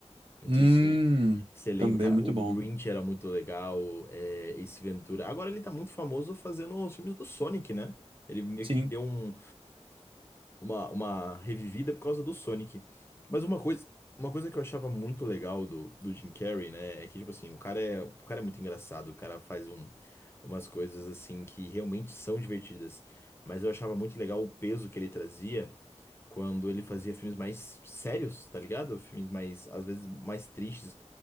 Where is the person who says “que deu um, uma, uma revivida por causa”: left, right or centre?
Left